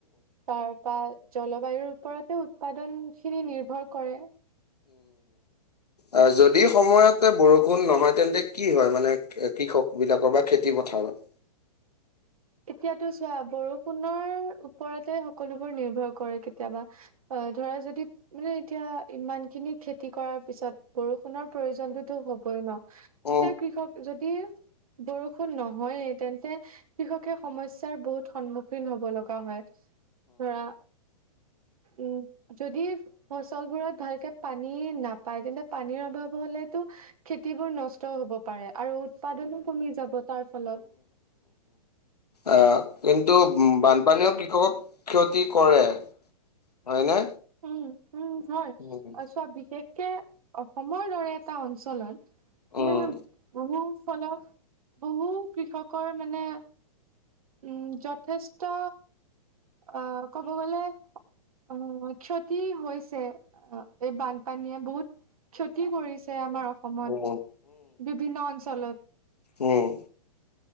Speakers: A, on the right; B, on the left.
A: তাৰপা জলবায়ুৰ ওপৰতে উৎপাদন খিনি নিৰ্ভৰ কৰে।
B: অ যদি সময়তে বৰষুণ নহয়, তেন্তে কি হয় মানে কৃষক বিলাকৰ বা খেতি পথাৰত?
A: অ <unintelligible> এতিয়াতো চোৱা বৰষুণৰ ওপৰতে সকলোবোৰ নিৰ্ভৰ কৰে কেতিয়াবা অ। ধৰা যদি মানে এতিয়া ইমান খিনি খেতি কৰাৰ পিছত বৰষুণৰ প্ৰয়োজনতোতো হ'বই ন।
B: আ
A: তেতিয়া কৃষক যদি বৰষুণ নহয়েই তেন্তে, কৃষক সমস্যাৰ বহুত সন্মুখীন হব লগা হয়। ধৰা, উম, যদি ফচলবোৰত ভালকে পানী নাপায়, তেন্তে পানীৰ অভাৱ হলে খেতিবোৰ নষ্ট হ'ব পাৰে আৰু উৎপাদনো কমি যাব তাৰ ফলত।
B: আহ কিন্তু বানপানীয়েও কৃষকক ক্ষতি কৰে, হয়নে?
A: উম, উম, হয়
B: উম,
A: চোৱা বিশেষকে অসমৰ দৰে এটা অঞ্চলত
B: উম,
A: মানে বহু ফলত বহু কৃষকৰ মানে উম যথেষ্ট- আহ' ক'ব গলে আহ'ক্ষতি হৈছে। অ' এই বানপানীয়ে বহুত ক্ষতি কৰিছে আমাৰ। অসমত
B: উম, উম,
A: বিভিন্ন অঞ্চলত।
B: উম।